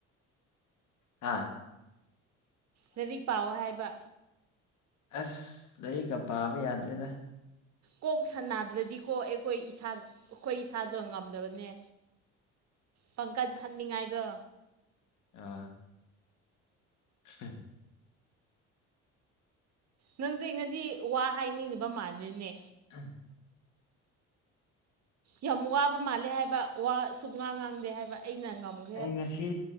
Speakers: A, on the left; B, on the right.
A: ꯍꯥꯥ
B: ꯂꯥꯏꯔꯤꯛ ꯄꯥꯎꯑꯣ ꯍꯥꯏꯕ
A: ꯑꯁ ꯂꯥꯏꯔꯤꯛꯀ ꯄꯥꯕ ꯌꯥꯗ꯭ꯔꯦꯗ
B: ꯀꯣꯛ ꯁꯟꯅꯥꯗ꯭ꯔꯗꯤꯀꯣ ꯑꯩꯈꯣꯏ ꯏꯁꯥ ꯑꯩꯈꯣꯏ ꯏꯁꯥꯗꯣ ꯉꯝꯗꯕꯅꯦ ꯄꯪꯀꯠ ꯐꯠꯅꯤꯡꯉꯥꯏꯗꯣ
A: ꯑ ꯍꯝ
B: ꯅꯪꯁꯦ ꯉꯁꯤ ꯋꯥ ꯍꯥꯏꯅꯤꯡꯂꯤꯤꯕ ꯃꯥꯟꯗ꯭ꯔꯤꯅꯦ
A: ꯎꯝ
B: ꯌꯥꯝ ꯋꯥꯕ ꯃꯥꯜꯂꯦ ꯍꯥꯏꯕ ꯋꯥ ꯁꯨ ꯉꯥꯡ ꯉꯥꯡꯗꯦ ꯍꯥꯏꯕ ꯑꯩꯅ ꯉꯝꯒꯦ
A: ꯑꯩ ꯉꯁꯤ